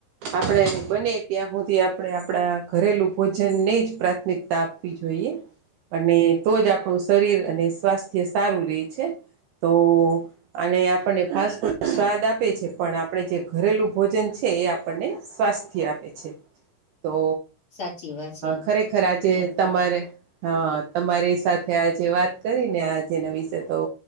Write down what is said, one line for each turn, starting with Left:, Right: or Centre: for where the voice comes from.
Right: આપણે બને ત્યાં હુંધી આપણે આપણા ઘરેલું ભોજનને જ પ્રાથમિકતા આપવી જોઈએ, અને તો જ આપણું શરીર અને સ્વાસ્થ્ય સારું રહે છે તો, અને આપણને ફાસ્ટ ફૂડ સ્વાદ આપે છે પણ આપણે જે ઘરેલું ભોજન છે એ આપણને, સ્વાસ્થ્ય આપે છે તો
Left: સાચી વાત છે
Right: ખરેખર આજે
Left: એ
Right: તમારે, હા તમારી સાથે આજે વાત કરી આ જે ના વિશે તો,